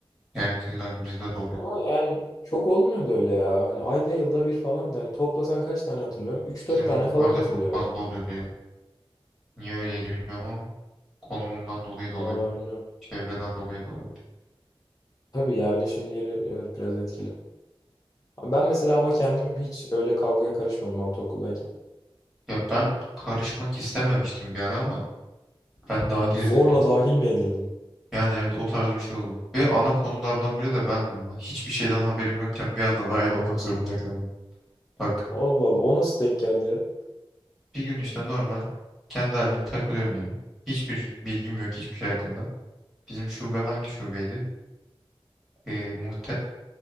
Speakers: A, in the centre; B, on the left.
A: Yani evet illa ki bizde de oluyor.
B: Ama yani çok olmuyordu öyle ya. Hani ayda yılda bir falan da hani toplasan kaç tane hatırlıyorum? Üç
A: Bizim
B: dört tane
A: okullarda
B: falan hatırlıyorum.
A: çok fazla oluyordu ya. Niye öyleydi bilmiyorum ama konumundan dolayı da olabilir.
B: Vallahi bilmiyorum.
A: Çevreden dolayı da olabilir.
B: Tabii yerleşim yeri evet biraz etkili. Ben mesela ama kendim hiç öyle kavgaya karışmadım ortaokuldayken.
A: Ya ben karışmak istememiştim bir ara ama ben dahil
B: Zorla
A: edildim.
B: dahil mi edildim?
A: Yani evet o tarz bir şey oldu. Ve ana konulardan biri de bendim. Ben hiçbir şeyden haberim yokken bir anda dahil olmak zorunda kaldım. Bak
B: Allah Allah o nasıl denk geldi ya?
A: bir gün işte normal kendi halimde takılıyorum yine. Hiçbir bilgim yok hiçbir şey hakkında. Bizim şube hangi şubeydi? Ee, muhte